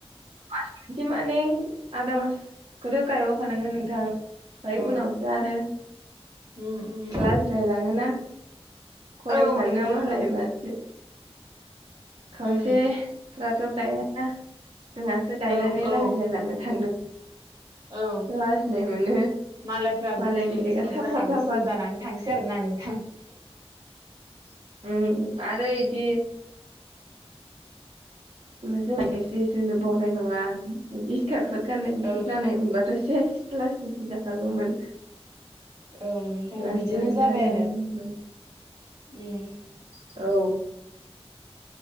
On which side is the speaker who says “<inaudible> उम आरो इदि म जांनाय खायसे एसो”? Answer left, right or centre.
Right